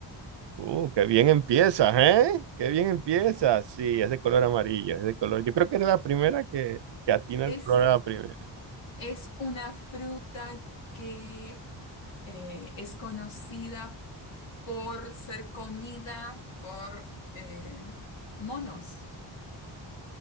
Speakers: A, on the right (about 65°); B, on the left (about 85°).
A: Uh, qué bien empiezas, ¿eh? Qué bien empiezas. Sí, es de color amarillo, es de color. Yo creo que es la primera que, que atina
B: Es
A: el color a la primera.
B: Es una fruta que eh, es conocida por ser comida por eh, monos.